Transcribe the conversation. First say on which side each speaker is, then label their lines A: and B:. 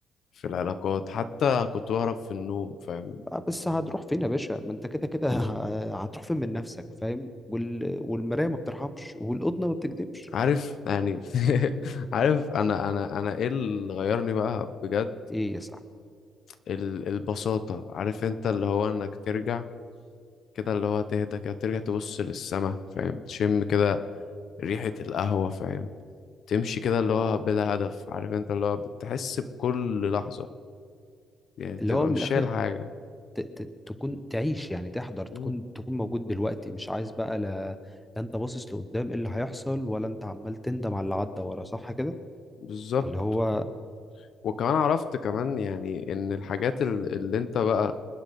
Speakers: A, on the left (about 55°); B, in the centre.
A: في العلاقات حتى كنت بهرب في النوم فاهم؟
B: بقى بس هتروح فين يا باشا ما انت كده كده <laughs> هتروح فين من نفسك فاهم وال... والمرايه ما بترحمش والقطنه ما بتكذبش
A: عارف يعني <laughs> عارف انا انا انا ايه اللي غيرني بقى بجد
B: ايه يا صاحبي
A: ال- البساطة عارف انت اللي هو انك ترجع كده اللي هو تهدى كده ترجع تبص للسما فاهم تشم كده ريحة القهوة فاهم تمشي كده اللي هو بلا هدف عارف انت اللي هو بتحس بكل لحظة يعني تبقى
B: اللي هو من
A: مش
B: الاخر
A: شايل حاجة
B: ت- ت- تكون تعيش يعني تحضر تكون
A: مم.
B: تكون موجود دلوقتي مش عايز بقى لا لا انت باصص لقدام ايه اللي هيحصل ولا انت عمال تندم على اللي عدى ورا صح كده
A: بالظبط
B: اللي هو
A: وكمان عرفت كمان يعني ان الحاجات ال- اللي انت بقى